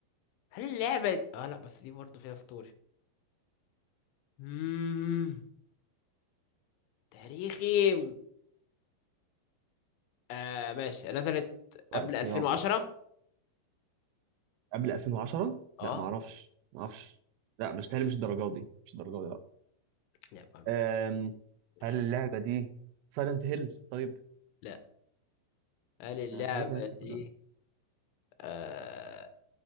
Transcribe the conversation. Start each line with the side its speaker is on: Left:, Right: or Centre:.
Left: هل اللعبة اه لا بس دي برضه فيها ستوري مم. تاريخي آه ماشي نزلت
Right: وقت
Left: قبل 2010
Right: يابا قبل 2010
Left: اه
Right: لا ما اعرفش ما اعرفش لا مش تهيألي مش الدرجه دي مش الدرجه دي لا
Left: لعبة
Right: أم...
Left: مش
Right: هل اللعبه دي سايلنت هيل طيب
Left: لا هل اللعبة
Right: يعني ازاي ناسي
Left: دي
Right: كل ده
Left: آه